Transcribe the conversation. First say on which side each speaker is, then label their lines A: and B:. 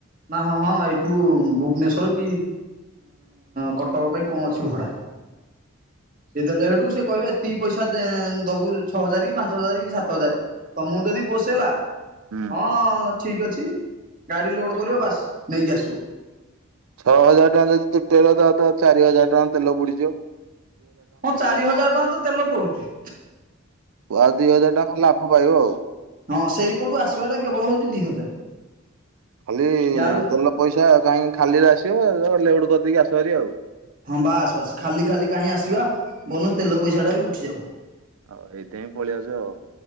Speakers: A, on the right; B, on the right.
A: ନା ହଁ ହଁ ଏଇଠୁ ଭୁବନେଶ୍ଵର କି କଟକ ପାଇଁ କଣ ଅଛି ଭଡ଼ା? ସେ ଦେଲେ ହେଡୁ ସେ କହିବେ ଏତିକି ପଇସା ଦେ ଦବୁ ଛଅ ହଜାର କି ପାଞ୍ଚ ହଜାର କି ସାତ ହଜାର। ତମକୁ ଯଦି ପୋଷେଇଲା
B: ହୁଁ।
A: ହଁ ଠିକ ଅଛି ଗାଡି ଲୋଡ କରିବ ବାସ୍ ନେଇକି ଆସିବ।
B: ଛଅ ହଜାର ଟଙ୍କା ଯଦି ତୁଟେଇଲା ତା ଚାରି ହଜାର ଟଙ୍କା ତେଲ ପଡିଯିବ।
A: ହଁ ଚାରି ହଜାର ଟଙ୍କା ତ ତେଲ ପଡୁଚି।
B: ଆଉ ଦିଇ ହଜାର ଟଙ୍କା ଲାଭ ପାଇବ ଆଉ।
A: ହଁ ସେଇପଟୁ ଆସିବାଟା କେବଳ ହଉଛି ଦି ହଜାର।
B: ଖାଲି
A: ଇଆଡୁ
B: ତେଲ ପଇସା କାହିଁକି ଖାଲିରେ ଆସିବେ ଲୋଡ୍ କରିଦେଇକି ଆସ ଭାରି ଆଉ।
A: ହଁ ବାସ୍ ବାସ୍ ଖାଲି ଖାଲି କାହିଁ ଆସିବା ବରଂ ତେଲ ପଇସା ଟା ବି ଉଠିଯାଉ।
B: ହଉ ଏଇଥିପାଇଁ ପଳେଇ ଆସ ଆଉ।